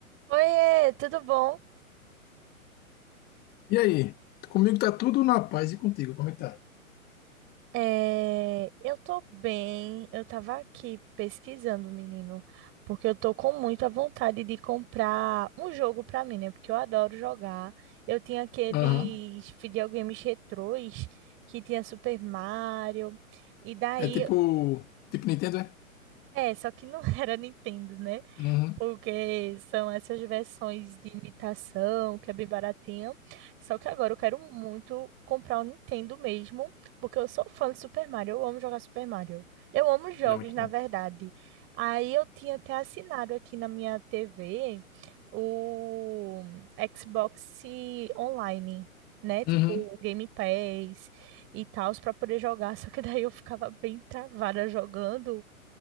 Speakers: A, on the right (about 30°); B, on the left (about 20°).
A: Oiê, tudo bom?
B: E aí? Comigo tá tudo na paz e contigo, como é que tá?
A: É, eu tô bem. Eu tava aqui pesquisando, menino, porque eu tô com muita vontade de comprar um jogo pra mim, né? Porque eu adoro jogar. Eu tinha aqueles
B: Aham.
A: videogames retrôs que tinha Super Mario, e daí,
B: É tipo. Tipo Nintendo, é?
A: é, só que não <laughs> era Nintendo, né?
B: Uhum.
A: Porque são essas versões de imitação, que é bem baratinha. Só que agora eu quero muito comprar o Nintendo mesmo, porque eu sou fã de Super Mario, eu amo jogar Super Mario. Eu amo jogos,
B: É muito
A: na
B: bom.
A: verdade. Aí eu tinha até assinado aqui na minha TV o Xbox Online, né? Tipo
B: Uhum.
A: o Game Pass e tal, para poder jogar. <laughs> Só que daí eu ficava bem travada jogando